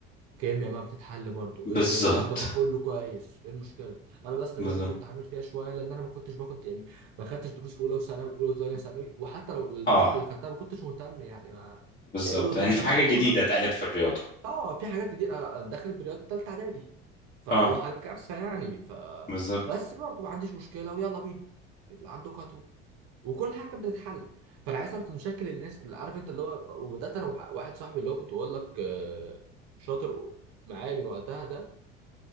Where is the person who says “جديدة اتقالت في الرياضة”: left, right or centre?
Left